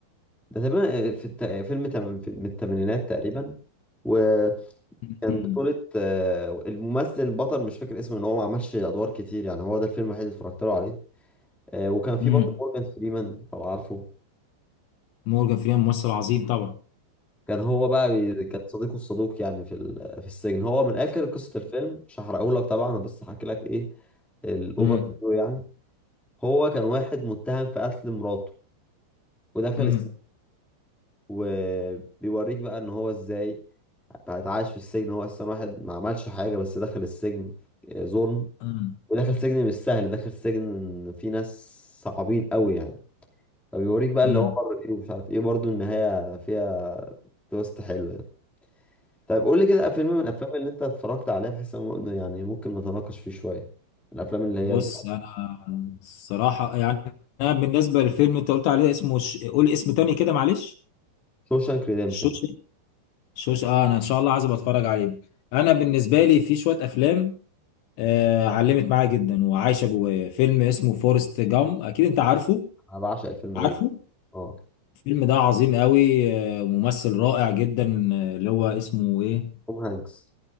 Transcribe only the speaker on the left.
<laughs>
امم
مورجان فريمان ممثل عظيم طبعا
امم
امم
امم
امم
بص انا الصراحة يعني انا بالنسبة للفيلم انت قلت عليه اسمه ش... قول اسم تاني كده معلش
شوش شوش اه انا ان شاء الله عايز أبقى اتفرج عليه انا بالنسبة لي في شوية افلام آه علمت معايا جدا وعايشة جوايا فيلم اسمه فورست جام اكيد انت عارفه
عارفه
الفيلم ده عظيم قوي آه، ممثل رائع جدا آه، اللي هو اسمه ايه